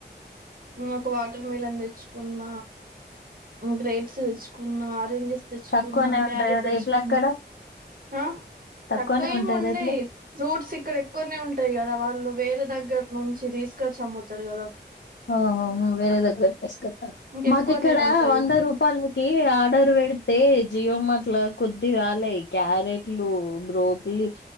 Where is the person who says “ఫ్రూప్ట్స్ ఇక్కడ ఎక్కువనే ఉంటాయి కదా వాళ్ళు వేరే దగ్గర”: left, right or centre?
Right